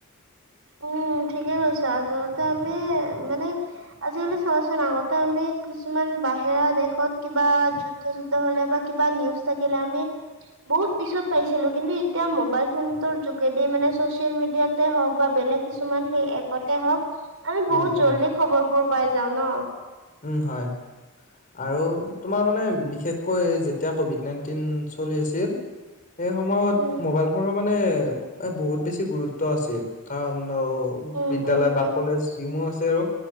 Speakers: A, on the right; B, on the left.
A: উম ঠিকে কৈছা আচলতে আমি মানে আজিকালি চোৱাচোন আগতে আমি কিচ- কিছুমান বাহেৰা দেশত কিবা যুদ্ধ যুদ্ধ হলে বা কিবা নিউজ থাকিলে আমি বহুত পিছত পাইছিলো কিন্তু এতিয়া মোবাইল ফোনটোৰ যোগেদি মানে চচিয়েল মিডিয়াতে হওঁক বা বেলেগ কিছুমান সেই এপতে হওক আমি
B: উম,
A: বহুত
B: উম।
A: জল্দি খবৰবোৰ পাই যাওঁ ন।
B: উম হয় আৰু তোমাৰ মানে বি- শেষকৈ যেতিয়া কভিড নাইনটিন চলি আছিল সেই সময়ত
A: উম,
B: মবাইল ফনক মানে এ বহুত বেছি গুৰুত্ব আছিৰ কাৰণ অও
A: উম,
B: বিদ্যালয়
A: উম, ঠিক
B: বা কলেজ, যিমো আছে আৰু